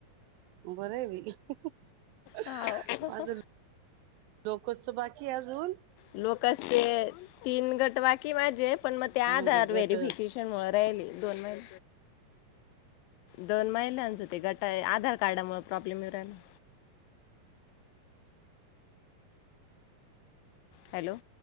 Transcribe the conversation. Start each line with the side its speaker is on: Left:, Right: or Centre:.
Right: बरंय बाई ह‌्, ह, ह
Left: हाव
Right: माझं लोकोत्स बाकीय अजून
Left: लोकच ते तीन गटवा कि माझेत पण म ते आधार
Right: म्हणजे गट
Left: व्हेरिफिकेशन मुळत दयली दोन महि दोन महिलांचं ते गट आधार कार्डामुळे प्रॉब्लेम येऊ राहिला हॅलो